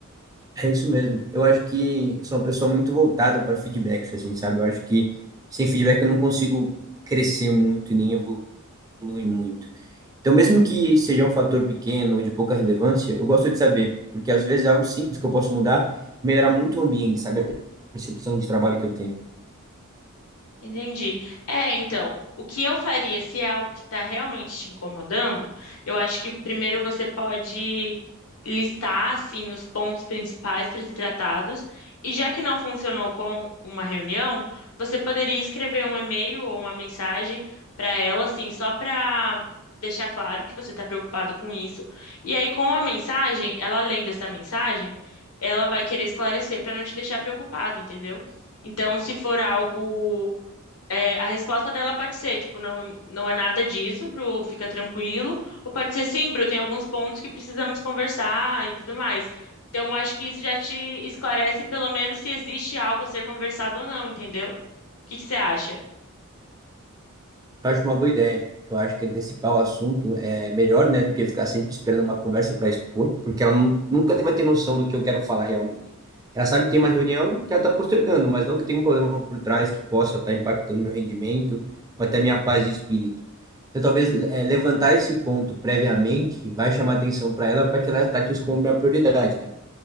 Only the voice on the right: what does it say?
É isso mesmo. Eu acho que sou uma pessoa muito voltada para feedbacks, assim, sabe? Eu acho que sem feedback eu não consigo crescer muito e nem evoluir muito. Então, mesmo que seja um fator pequeno ou de pouca relevância, eu gosto de saber, porque às vezes é algo simples que eu posso mudar e melhorar muito o ambiente, sabe? A percepção de trabalho que eu tenho.
Acho uma boa ideia. Eu acho que antecipar o assunto é melhor, né, do que ficar sempre esperando uma conversa para expor, porque ela nu- nunca te- vai ter noção do que eu quero falar realmente. Ela sabe que tem uma reunião que ela está postergando, mas não que tem um problema por trás que possa estar impactando meu rendimento ou até minha paz de espírito. Então, talvez é, levantar esse ponto previamente vai chamar atenção para ela para que ela trate isso como minha prioridade, né?